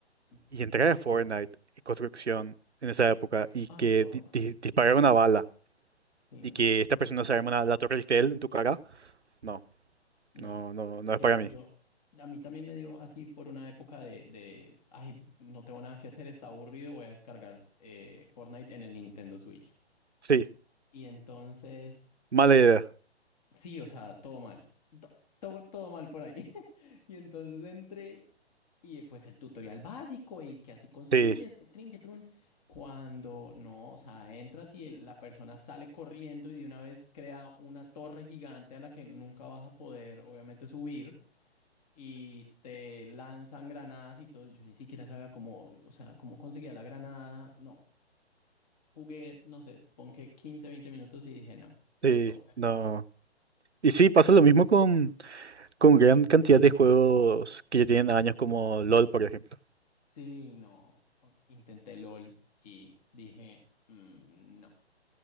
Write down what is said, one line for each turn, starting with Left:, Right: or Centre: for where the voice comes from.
Left: Ujú.
Right: Y entrar a Fortnite y construcción en esa época y
Left: Ah,
Right: que
Left: horroroso.
Right: di- di- disparar una bala
Left: Sí,
Right: y
Left: no.
Right: que esta persona se arma una- la Torre Eiffel en tu cara, no,
Left: No.
Right: no, no, no
Left: Yo,
Right: es para mí.
Left: yo, a mí también me dio así por una época de, de, ay, no tengo nada que hacer, está aburrido, voy a descargar eh, Fortnite en el Nintendo Switch.
Right: Sí,
Left: Y entonces,
Right: mala idea.
Left: sí, o sea, todo mal. todo, todo mal por ahí. <laughs> Y entonces entré y eh, pues el tutorial básico y que así construyes,
Right: Sí,
Left: que trin, que trun. Cuando no, o sea, entras y el- la persona sale corriendo y de una vez crea una torre gigante a la que nunca vas a poder, obviamente, subir. Y te lanzan granadas y todo. Yo ni siquiera sabía cómo, o sea, cómo conseguía la granada. No, jugué, no sé, pon que 15, 20 minutos y dije, no,
Right: sí,
Left: esto, esto
Right: no.
Left: no fue.
Right: Y sí, pasa
Left: Creo,
Right: lo mismo con, con gran cantidad de juegos que ya tienen años como LOL, por ejemplo.
Left: Sí, no. O- Intenté LOL y dije, "Mm, no.